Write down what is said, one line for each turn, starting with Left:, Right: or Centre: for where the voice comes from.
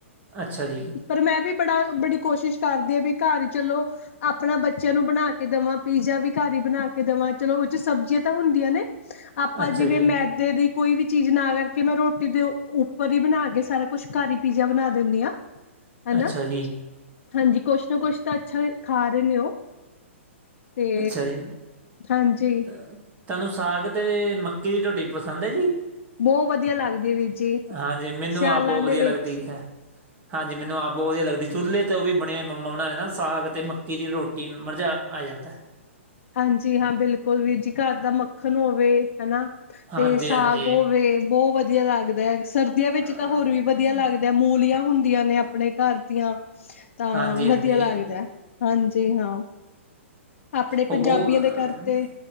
Right: ਅੱਛਾ ਜੀ,
Left: ਪਰ ਮੈਂ ਵੀ ਬੜਾ, ਬੜੀ ਕੋਸ਼ਿਸ਼ ਕਰਦੀ ਅ ਵੀ ਘਰ ਚਲੋ। ਆਪਣਾ ਬੱਚਿਆਂ ਨੂੰ ਬਣਾ ਕੇ ਦਵਾਂ। ਪੀਜ਼ਾ ਵੀ ਘਰ ਈ ਬਣਾ ਕੇ ਦਵਾਂ ਚਲੋ ਓ ਚ ਸਬਜ਼ ਜੀਆਂ ਤਾ ਹੁੰਦੀਆਂ ਨੇ। ਆਪਾਂ
Right: ਅੱਛਾ
Left: ਜਿਵੇਂ
Right: ਜੀ,
Left: ਮੈਧੇ ਦੀ ਕੋਈ ਵੀ ਚੀਜ਼ ਨਾ ਕਰਕੇ ਮੈਂ ਰੋਟੀ ਦੇ ਉ ਉੱਪਰ ਹੀ ਬਣਾ ਕੇ ਸਾਰਾ ਕੁਛ ਘਰ ਈ ਪੀਜ਼ਾ ਬਣਾ ਦਿੰਦੀ ਆਂ।
Right: <inaudible>
Left: ਹਨਾ
Right: ਜੀ,
Left: ਹਾਂਜੀ ਕੁਛ ਨਾ ਕੁਛ ਤਾਂ ਅੱਛਾ ਖਾ ਰਹੇ ਨੇ ਉਹ ਤੇ
Right: ਅੱਛਾ ਜੀ।
Left: ਹਾਂਜੀ
Right: ਤਾਂ- ਤੁਹਾਨੂੰ ਸਾਗ ਤੇ ਮੱਕੀ ਦੀ ਰੋਟੀ ਪਸੰਦ ਹੈ ਜੀ?
Left: ਬਹੁਤ ਵਧੀਆ ਲੱਗਦੀ ਵੀਰ ਜੀ,
Right: ਹਾਂਜੀ ਮੈਨੂੰ
Left: ਸਿਆਲਾਂ
Right: ਆਪ ਬਹੁਤ
Left: ਦੇ
Right: ਵਧੀਆ
Left: ਵਿੱਚ
Right: ਲੱਗਦੀ ਹੈ ਹਾਂਜੀ ਮੈਨੂੰ ਆਪ ਬਹੁਤ ਵਧੀਆ ਲੱਗਦੀ ਚੁੱਲ੍ਹੇ ਤੇ ਉਹ ਵੀ ਬਣੀ ਹੋਈ ਮੰਮਾ ਬਣਾਏ ਨਾ ਸਾਗ ਤੇ ਮੱਕੀ ਦੀ ਰੋਟੀ ਮਜ਼ਾ ਆ ਜਾਂਦਾ ਏ।
Left: ਹਾਂਜੀ ਹਾਂ ਬਿਲਕੁਲ ਵੀਰ ਜੀ ਘਰ ਦਾ ਮੱਖਣ ਹੋਵੇ ਹਨਾ?
Right: ਹਾਂਜੀ
Left: ਤੇ ਸਾਗ
Right: ਹਾਂਜੀ
Left: ਹੋਵੇ ਬਹੁਤ ਵਧੀਆ ਲੱਗਦਾ ਸਰਦੀਆਂ
Right: ਅਮ,
Left: ਵਿੱਚ ਤਾਂ ਹੋਰ ਵੀ ਵਧੀਆ ਲੱਗਦਾ। ਮੂਲੀਆਂ ਹੁੰਦੀਆਂ ਨੇ ਆਪਣੇ ਘਰ ਦੀਆਂ ਤਾਂ
Right: ਹਾਂਜੀ ਹਾਂਜੀ
Left: ਵਧੀਆ ਲੱਗਦਾ ਹਾਂਜੀ ਹਾਂ ਆਪਣੇ
Right: ਉਹ ਬਹੁਤ
Left: ਪੰਜਾਬੀਆ ਦੇ
Right: ਅਮ,
Left: ਘਰ ਤੇ